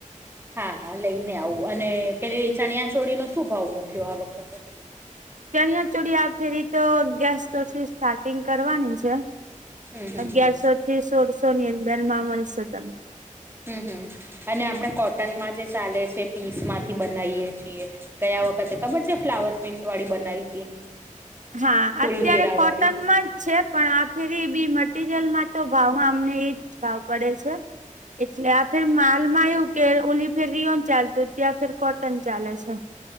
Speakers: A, on the right; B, on the right.
A: હા હા લઈને આવું અને પેલી ચણિયા છોડી નો શું ભાવ મૂક્યો આ વખતે?
B: ચણિયા ચોળી આ ફેરી તો અગિયારસ તોથી સ્ટાર્ટિંગ કરવાની છે.
A: હમ હમ
B: અગિયારસો
A: હમ.
B: થી સોળસો ની અંદર માં મળી શકે.
A: હમ હમ, અને આપણે કોટનમાં જે ચાલે છે પીસ માંથી બનાઈ એ છીએ. ગયા વખતે ખબર છે ફ્લાવર પેઇન્ટ વાળી બનાઈ હતી.
B: હા
A: ફૂલ
B: અત્યારે
A: ઘેરા
B: કોટનમાં
A: વાળી
B: જ છે પણ આ ફેરી બી મટીરિયલમાં તો ભાવમાં અમને એજ ભાવ પડે છે. એટલે આ ફેર માલમાં એવું કે ઓલી ફેર રિઓન ચાલતું ત્યાં ફેર કોટન ચાલે છે.